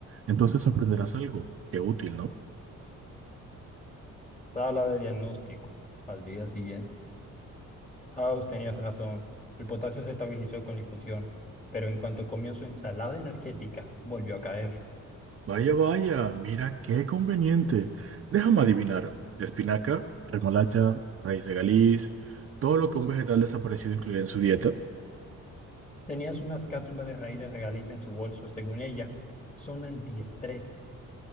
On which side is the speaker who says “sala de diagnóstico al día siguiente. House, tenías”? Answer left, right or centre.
Left